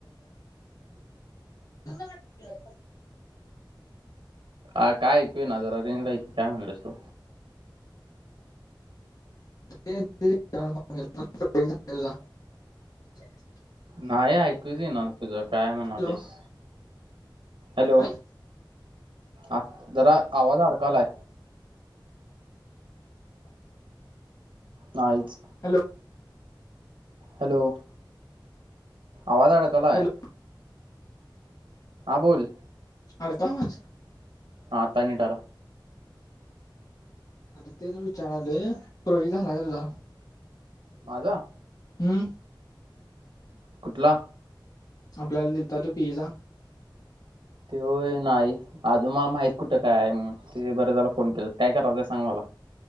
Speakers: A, on the left; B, on the right.
A: <unintelligible>
B: अ काय ऐकू येना जरा रेंजला ए की काय म्हणलंस तु.
A: <unintelligible>
B: नाही ऐकूच येईना तुझा. काय म्हणालीस.
A: हॅलो
B: हॅलो
A: नाही?
B: आ जरा आवाज अडकालाय. नाहीईच
A: हॅलो
B: हॅलो आवाज अडकलाय
A: हॅलो
B: आहे. हा बोल
A: अडत <unintelligible>
B: ह तनी टार <unintelligible>
A: आता तेच विचारा आलोये प्रोजेक्ट झाला का तुझा.
B: माजा
A: हम्म.
B: कुठला?
A: आपल्याला दिलता तो पी ई चा.
B: ते होय नाही अजून मला माहित कुठ? कुठ काय,? ते बरं झाला फोन केलं काय कराच सांग मला.